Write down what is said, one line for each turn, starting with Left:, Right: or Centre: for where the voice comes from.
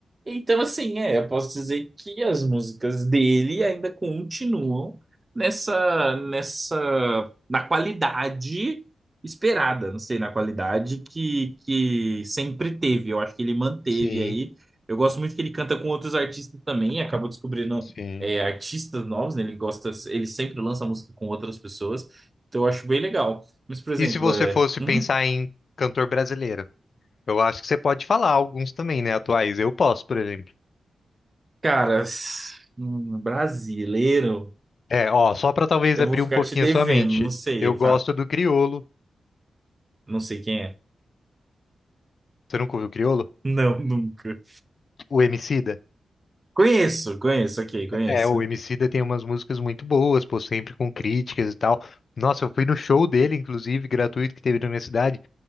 Right: Então, assim, é, eu posso dizer que as músicas dele ainda continuam nessa, nessa, na qualidade esperada, não sei, na qualidade que, que sempre teve. Eu acho que ele manteve
Left: Sim,
Right: aí. Eu gosto muito que ele canta com outros artistas também, acabou descobrindo
Left: sim.
Right: é, artistas novos, né? Ele gosta, ele sempre lança música com outras pessoas. Então, eu acho bem legal. Mas, por exemplo,
Left: E se você
Right: é,
Left: fosse
Right: um
Left: pensar em cantor brasileiro? Eu acho que você pode falar alguns também, né? Atuais. Eu posso, por exemplo.
Right: cara s- um brasileiro,
Left: É, ó, só pra talvez
Right: eu
Left: abrir
Right: vou ficar
Left: um pouquinho
Right: te devendo,
Left: a sua mente.
Right: não sei,
Left: Eu
Right: eu
Left: gosto do Criolo.
Right: não sei quem é.
Left: Você nunca ouviu Criolo?
Right: Não, nunca.
Left: O Emicida?
Right: Conheço, conheço, ok, conheço.
Left: É, o Emicida tem umas músicas muito boas, pô, sempre com críticas e tal. Nossa, eu fui no show dele, inclusive, gratuito, que teve na minha cidade.